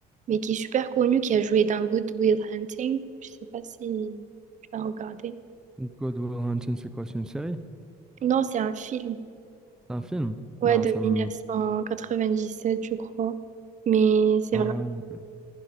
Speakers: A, on the right; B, in the centre.
A: mais qui est super connu, qui a joué dans Good Will Hunting. Je sais pas si tu l'as regardé.
B: Good Will Hunting, c'est quoi? C'est une série?
A: Non, c'est un film.
B: C'est un film?
A: Ouais,
B: Non,
A: de
B: ça me...
A: 1997, je crois. Mais c'est
B: Ouais,
A: vraiment...